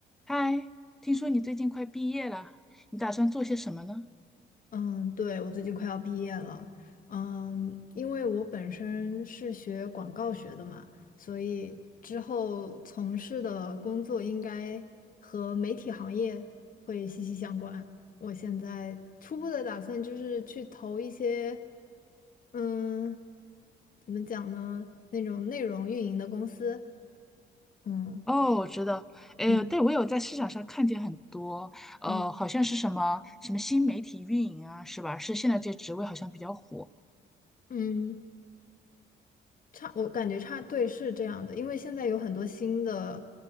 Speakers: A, in the centre; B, on the left.
A: 嗨，听说你最近快毕业了，你打算做些什么呢？
B: 嗯，对，我最近快要毕业了，嗯，因为我本身是学广告学的嘛，所以之后从事的工作应该和媒体行业会息息相关。我现在初步的打算就是去投一些，嗯，怎么讲呢，那种内容运营的公司，嗯
A: 哦，我知道，诶，
B: 嗯
A: 对，我有在市场上看见很多，呃，
B: 嗯，
A: 好像是什么什么新媒体运营啊，是吧？是现在这职位好像比较火。
B: 嗯。差，我感觉差，对，是这样的，因为现在有很多新的